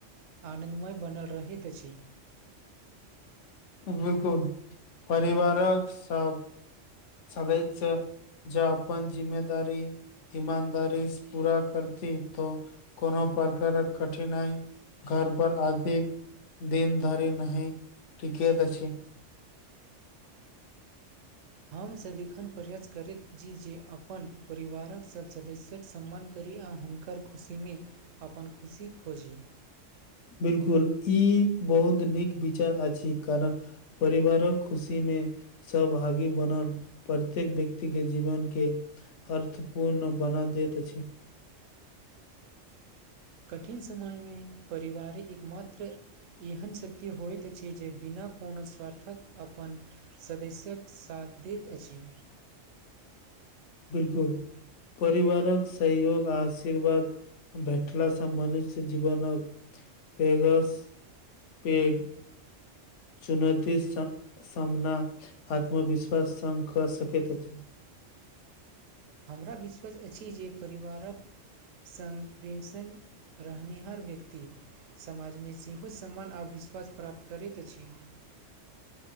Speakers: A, on the right (about 85°); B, on the left (about 70°).
A: आनन्दमय बनल रहैत अछि।
B: बिल्कूल परिवारक सभ सगे ज अपन अपन जिम्ममेदारी ईमानदारी पूरा करती तऽ कोनो प्रकार कऽ कठिनाइ। घर पर अधी दन धरि नहि केत छै
A: हम सदिखन प्रयास करैत छी जे अपन परिवार कऽ सभ सदस्य सम्मान करी हुनकर खुशीमे अपन खुशी खोजी
B: बिल्कूल ई बहुत नीक विचार अछि कारण परिवार कऽ खुशी मे सभ आगे बनल प्रत्येक व्यक्ति के जीवन के अर्थ पूर्ण बना दैत अछि।
A: कठिन समय मे परिवारि कऽ एकमात्र एहन शक्ति होइत अछि जे बिना कोनो स्वार्थ कऽ अपन सदस्य्य कऽ साथ दैत अछि।
B: बिल्कूल परिवार कऽ सहयोग आशीर्वाद भेटला से मनुष्य जीवन कऽ पघस पेग चुनौती। सामना आत्मविश्वास संग कऽ सकैत अछि।
A: हमरा विश्वास अछि जे परिवारक सपमसन रहनिहार व्यक्ति समाजमे सेहो सम्मान आ विश्वास प्राप्त करैत अछि।